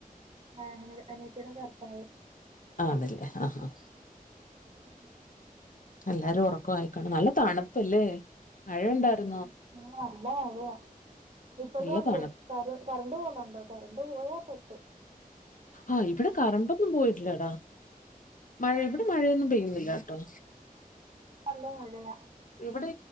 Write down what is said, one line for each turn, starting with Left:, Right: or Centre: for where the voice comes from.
Right: ആഹാ അനിയത്തിയുടെ ഭർത്താവ്.
Left: ആ അതല്ലേ ആ ആ
Right: ഉം
Left: എല്ലാരും ഉറക്ക ആയിക്കണ നല്ല തണുപ്പല്ലേ മഴയ ഉണ്ടായിരു
Right: <unintelligible> നല്ല മഴയ ഇപ്പോഴും
Left: നല്ല
Right: ഉണ്ട്
Left: തണുപ്പ്
Right: ക കറണ്ട് പോുന്നുണ്ടോ കറണ്ട് പോയാൽ പെട്ടു
Left: ആഹ് ഇവിടെ കറന്റോന്നും പോയിട്ടില്ല എടാ മഴ ഇവിടെ മഴയൊന്നും പെയ്യുന്നില്ല കേട്ടോ
Right: സംഭവം മഴയാ
Left: ഇവിടെ